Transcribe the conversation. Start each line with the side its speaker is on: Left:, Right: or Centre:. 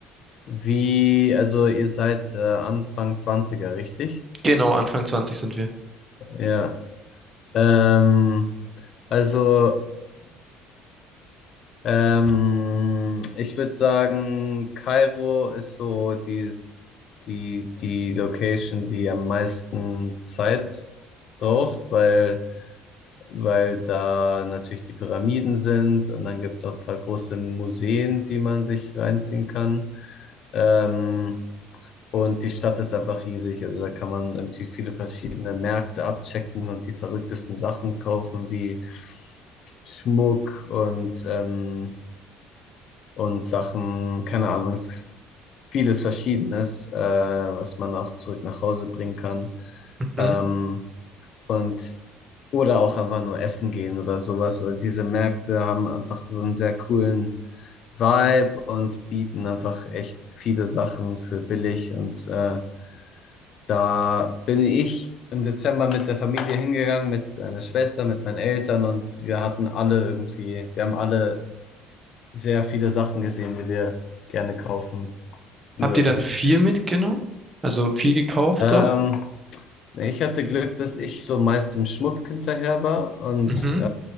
Left: wie, also ihr seid äh, Anfang Zwanziger, richtig?
Right: Genau, Anfang 20 sind wir.
Left: Ja. Ähm, also, ähm, ich würde sagen, Kairo ist so die, die, die Location, die am meisten Zeit braucht, weil weil da natürlich die Pyramiden sind und dann gibt es auch ein paar große Museen, die man sich reinziehen kann. Ähm, und die Stadt ist einfach riesig, also da kann man irgendwie viele verschiedene Märkte abchecken und die verrücktesten Sachen kaufen, wie Schmuck und, ähm, und Sachen, keine Ahnung, es- vieles Verschiedenes, äh, was man auch zurück nach Hause bringen kann.
Right: Mhm.
Left: Ähm, und oder auch einfach nur essen gehen oder sowas. Also diese Märkte haben einfach so einen sehr coolen Vibe und bieten einfach echt viele Sachen für billig. Und äh, da bin ich im Dezember mit der Familie hingegangen, mit meiner Schwester, mit meinen Eltern und wir hatten alle irgendwie, wir haben alle sehr viele Sachen gesehen, die wir gerne kaufen würden.
Right: Habt ihr dann viel mitgenommen? Also viel gekauft
Left: Ähm,
Right: dort?
Left: ich hatte Glück, dass ich so meist im Schmuck hinterher war und
Right: Mhm.
Left: äh,